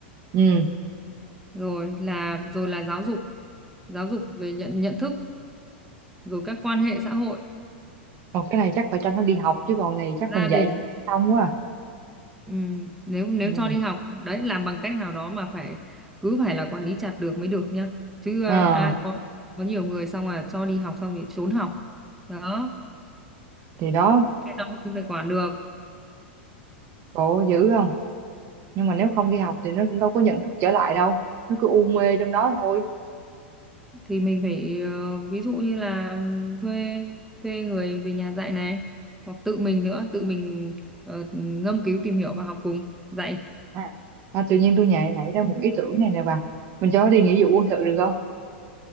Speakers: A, on the right; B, in the centre.
A: ừ
B: rồi là rồi là giáo dục giáo dục về nhận nhận thức rồi các quan hệ xã hội
A: còn cái này chắc phải cho nó đi học chứ còn này chắc
B: gia
A: mình dạy
B: đình
A: chắc không quá à.
B: Ừ, nếu nếu
A: ừ
B: cho đi học đấy làm bằng cách nào đó mà phải cứ phải là quản lý chặt được mới được nhá chứ à,
A: à,
B: à, có có nhiều người xong là cho đi học xong thì trốn học đó
A: thì đó
B: Cái đó mình phải quản được
A: khổ dữ không nhưng mà nếu không đi học thì nó cũng đâu có nhận thức trở lại đâu nó cứ u mê trong đó thôi
B: thì mình phải ờ, ví dụ như là thuê thuê người về nhà dạy này hoặc tự mình nữa tự mình ờ, ngâm cứu tìm hiểu và học cùng dạy
A: à, à tự nhiên tôi nhảy nảy ra một ý tưởng này nè bà mình cho nó đi nghĩa vụ quân sự được không